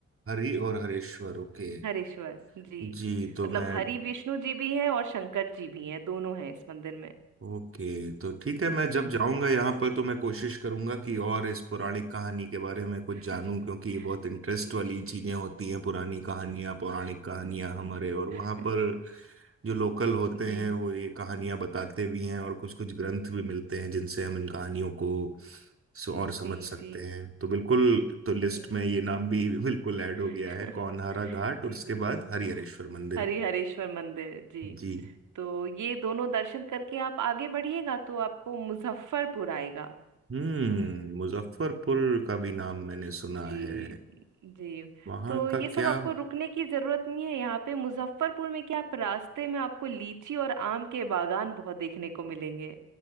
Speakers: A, on the right; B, on the right.
A: हरि और हरेश्वर ओके
B: हरेश्वर जी
A: जी तो
B: मतलब
A: मैं
B: हरि विष्णु जी भी हैं और शंकर जी भी हैं दोनों हैं इस मंदिर में
A: ओके तो ठीक है मैं जब जाऊंगा
B: जी
A: यहाँ पर तो मैं कोशिश करूंगा कि और इस पौराणिक कहानी के बारे में कुछ
B: <laughs>
A: जानूं क्योंकि ये बहुत इंटरेस्ट
B: जी
A: वाली
B: जी
A: चीजें होती हैं पुरानी कहानियां
B: जी
A: पौराणिक कहानियां हमारे और वहाँ
B: <laughs>
A: पर जो लोकल होते
B: जी
A: हैं वो ये कहानियां बताते भी हैं और कुछ कुछ ग्रंथ भी मिलते हैं जिनसे हम इन कहानियों को स- और समझ
B: जी
A: सकते
B: जी
A: हैं तो बिल्कुल तो लिस्ट
B: जी
A: में ये नाम भी बिल्कुल ऐड हो गया
B: <laughs>
A: है कौनहारा घाट और
B: जी
A: उसके
B: बिल्कुल
A: बाद हरिहरेश्वर मंदिर
B: हरिहरेश्वर मंदिर जी
A: जी
B: तो ये दोनों दर्शन करके आप आगे बढ़िएगा तो आपको मुजफ्फरपुर आएगा
A: हम्म मुजफ्फरपुर का भी नाम मैंने सुना
B: जी
A: है
B: जी
A: वहां
B: तो
A: का
B: ये सब
A: क्या
B: आपको रुकने की जरूरत नहीं है यहाँ पे मुजफ्फरपुर में क्या आप रास्ते में आपको लीची और आम के बागान बहुत देखने को मिलेंगे